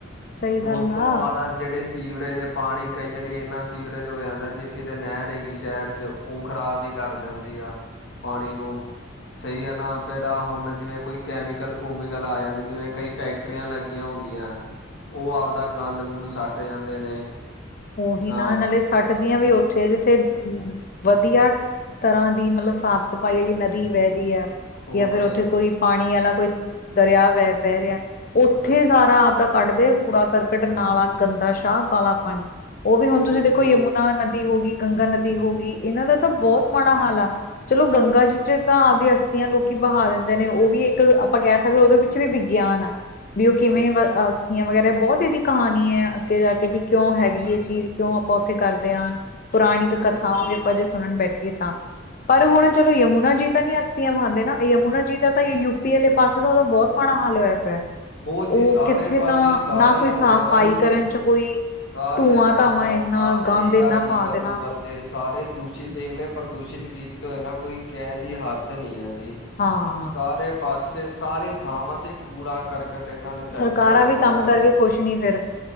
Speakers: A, on the left; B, on the left.
A: ਸਹੀ ਗੱਲ
B: ਉਸ
A: ਆ
B: ਤੋਂ ਬਾਅਦ ਅੱਜ ਜਿਹੜੇ ਸੀਵਰੇਜ ਪਾਣੀ ਕਈ ਵਾਰੀ ਇੰਨਾ ਸੀਵਰੇਜ ਹੋ ਜਾਂਦਾ ਜੇ ਕਿਤੇ ਨਹਿਰ ਹੈਗੀ ਸ਼ਹਿਰ ਚ ਉਹ ਖ਼ਰਾਬ ਹੀ ਕਰ ਜਾਂਦੀ ਆ ਪਾਣੀ ਨੂੰ ਸਹੀ ਹੈ ਨਾ ਫਿਰ ਆਹ ਹੁਣ ਜਿਵੇਂ ਕੋਈ ਕੈਮੀਕਲ ਕੂਮੀਕਲ ਆ ਜਾਂਦੇ ਜਿਵੇਂ ਕਈ ਫੈਕ ਫੈਕਟਰੀਆਂ ਲੱਗੀਆਂ ਹੁੰਦੀਆਂ ਉਹ ਆਪਦਾ ਗੰਦ ਗੁੰਦ ਸੱਟ ਜਾਂਦੇ ਨੇ
A: ਉਹੀ ਨਾ
B: ਅ
A: ਨਾਲੇ ਸੱਟ ਦੀਆਂ ਵੀ ਉੱਥੇ ਜਿੱਥੇ ਵਧੀਆ ਤਰ੍ਹਾਂ ਦੀ ਮਤਲਬ ਸਾਫ਼ ਸਫ਼ਾਈ ਨਦੀ ਵਹਿ ਦੀ ਹੈ।
B: ਹੋਰ
A: ਜਾਂ ਫਿਰ ਉੱਥੇ ਕੋਈ ਪਾਣੀ ਵਾਲਾ ਕੋਈ ਦਰਿਆ ਵਹਿ ਬਹਿ ਰਿਹਾ ਉੱਥੇ
B: ਹਾਂਜੀ
A: ਸਾਰਾ ਆਪਦਾ ਕੱਢਦੇ ਕੂੜਾ ਕਰਕਟ ਨਾਲਾ ਗੰਦਾ ਸ਼ਾਹ ਕਾਲਾ ਪਾਣੀ ਉਹ ਵੀ
B: ਬਹੁਤ
A: ਹੁਣ ਤੁਸੀਂ ਦੇਖੋ
B: ਜੀ
A: ਯਮੁ ਨਦੀ ਹੋ ਗਈ ਗੰਗਾ ਨਦੀ ਹੋ ਗਈ ਇਹਨਾਂ ਦਾ ਤਾਂ ਬਹੁਤ ਮਾੜਾ ਹਾਲ ਹੈ। ਚਲੋ ਗੰਗਾ ਜੀ ਚ ਤਾਂ ਆਪਦੀ ਅਸਥੀਆਂ ਲੋਕੀ ਬਹਾ ਦਿੰਦੇ ਨੇ ਉਹ ਵੀ ਇੱਕ ਆਪਾਂ ਕਹਿ ਸਕਦੇ ਉਹਦੇ ਵਿੱਚ ਉੱਚ ਵੀ ਵਿਗਿਆਨ ਆ ਵੀ ਉਹ ਕਿਵੇਂ
B: ਹਾਂਜੀ
A: ਆਸਤੀਆਂ ਵਗੈਰਾ ਬਹੁਤ ਇਹਦੀ ਕਹਾਣੀ ਹੈ ਅੱਗੇ ਜਾ ਕੇ ਵੀ ਕਿਉਂ ਹੈਗੀ ਹੈ। ਚੀਜ਼ ਕਿਉਂ ਆਪਾਂ ਉੱਥੇ ਕਰਦੇ ਹਾਂ ਪੁਰਾਣਿਕ
B: ਹਾਂਜੀ
A: ਕਥਾਵਾਂ
B: ਹਾਂਜੀ
A: ਵੀ ਆਪਾਂ ਜੇ ਸੁਣਨ ਬੈਠੀਏ ਤਾਂ ਪਰ ਹੁਣ ਚਲੋ ਯਮੁਨਾ ਜੀ ਤਾਂ ਨੀ ਅਸਤੀਆਂ ਬਨਦੇ ਨਾ ਯਮੁਨਾ ਜੀ ਦਾ ਤਾਂ ਯੂਪੀ ਵਾਲੇ ਪਾਸੇ ਦਾ ਉਹਦਾ ਬਹੁਤ ਮਾੜਾ ਹਾਲ ਹੋਇਆ ਪਿਆ
B: ਬਹੁਤ ਜੀ
A: ਉਹ
B: ਸਾਰੇ
A: ਕਿੱਥੇ
B: ਪਾਸੇ
A: ਤਾਂ
B: ਸਾਰੀਆਂ
A: ਨਾ ਕੋਈ
B: ਨਹਿਰਾਂ
A: ਸਫਾਈ
B: ਹੀ
A: ਕਰਨ ਚ ਕੋਈ
B: ਸਾਰੀਆਂ
A: ਧੂੰਆਂ
B: ਨਹਿਰਾਂ
A: ਧਾਵਾਂ ਇੰਨਾ
B: ਸਾਰੇ
A: ਗੰਦ
B: ਹੀ
A: ਇੰਨਾ
B: ਆ ਰੀਵਰ
A: ਪਾ ਦੇਣਾ
B: ਰੂਵਰ ਜੇ ਸਾਰੇ ਦੂਸ਼ਿਤ ਇੰਨੇ ਪ੍ਰਦੂਸ਼ਿਤ ਕੀਤੇ ਹੋਏ ਨਾ ਕੋਈ ਕਹਿਣ ਦੀ ਹੱਦ ਨੀ ਆ ਜੀ
A: ਹਾਂ
B: ਸਾਰੇ ਪਾਸੇ ਸਾਰੇ ਥਾਵਾਂ ਤੇ ਕੂੜਾ ਕਰਕੇ ਕਟ ਇਹਨਾਂ ਨੇ ਸੱਟਿਆ
A: ਸਰਕਾਰਾਂ
B: ਹੋਇਆ
A: ਵੀ
B: ਨਹਿਰਾਂ
A: ਕੰਮ ਕਰਕੇ
B: ਵਿੱਚ
A: ਖੁਸ਼ ਨੀ ਫਿਰ